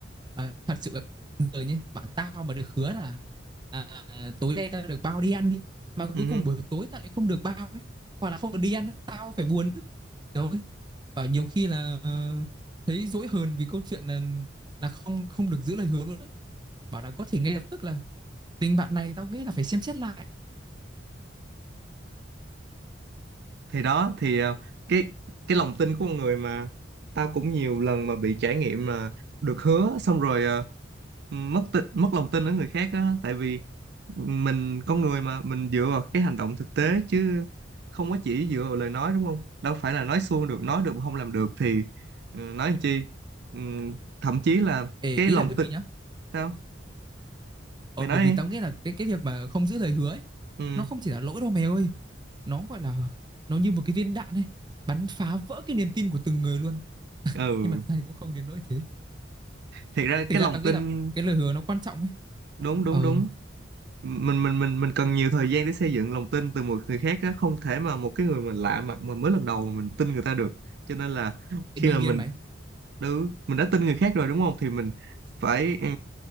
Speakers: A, on the right; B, on the right.
A: Ờ, thật sự là người nhé bảo tao mà được hứa là à, à, à, tối nay tao được bao đi ăn đi mà
B: Ừ.
A: cuối cùng buổi tối tao lại không được bao ấy hoặc là không được đi ăn tao phải buồn chứ rồi bảo nhiều khi là ờ, thấy dỗi hờn vì câu chuyện là là không không được giữ lời hứa luôn đấy bảo là có thể ngay lập tức là tình bạn này tao nghĩ là phải xem xét lại
B: thì đó thì ờ, cái cái lòng tin của con người mà tao cũng nhiều lần mà bị trải nghiệm là được hứa xong rồi ờ, mất tin mất lòng tin ở người khác á tại vì mình con người mà mình dựa vào cái hành động thực tế chứ không có chỉ dựa vào lời nói đúng không đâu phải là nói suông được nói được mà không làm được thì ừ, nói làm chi Ừ, thậm chí là
A: Ê,
B: cái
A: ý
B: lòng
A: là bởi
B: tin
A: vì nhá
B: sao
A: Ờ
B: mày nói
A: bởi vì
B: đi
A: tao nghĩ là cái cái việc mà không giữ lời hứa ấy,
B: ừ
A: nó không chỉ là lỗi đâu mày ơi. Nó gọi là nó như một cái viên đạn ấy, bắn phá vỡ cái niềm tin của từng người luôn.
B: ừ
A: Nhưng mà thực ra thì cũng không đến nỗi thế.
B: thiệt ra
A: Thực
B: cái
A: ra
B: lòng
A: tao nghĩ
B: tin
A: là cái lời hứa nó quan trọng ấy.
B: đúng đúng
A: Ờ,
B: đúng mình mình mình mình cần nhiều thời gian để xây dựng lòng tin từ một người khác á không thể mà một cái người mình lạ mặt mà mới lần đầu mà mình tin người ta được cho nên là khi
A: thì đương
B: mà mình
A: nhiên mày,
B: đứ mình đã tin người khác rồi đúng không thì mình phải ừ,